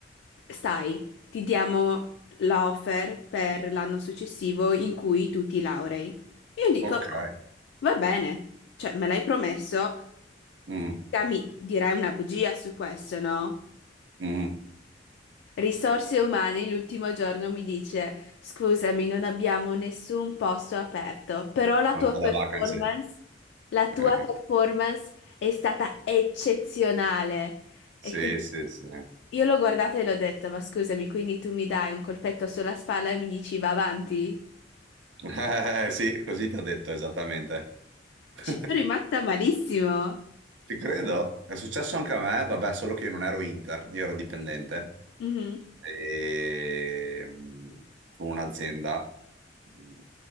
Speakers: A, on the left; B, on the right.
A: Stai, ti diamo la offer per l'anno successivo in cui tu ti laurei. Io dico,
B: ok.
A: boh, va bene, cioè me l'hai promesso,
B: Mm,
A: Te mi dirai una bugia su questo, no?
B: mm.
A: Risorse umane l'ultimo giorno mi dice, scusami, non abbiamo nessun posto aperto, però la
B: Manca
A: tua performance,
B: la vacanza. Eh,
A: la tua
B: eh.
A: performance è stata eccezionale. E
B: sì,
A: quindi
B: sì, sì. <laughs>
A: io l'ho guardata e l'ho detta, ma scusami, quindi tu mi dai un colpetto sulla spalla e mi dici va avanti?
B: Eh, sì, così ti ho detto esattamente. <laughs>
A: Ci sono rimasta malissimo.
B: Ci credo, è successo anche a me, vabbè, solo che io non ero Inter, io ero dipendente
A: Mhm.
B: e, mh, con un'azienda mh,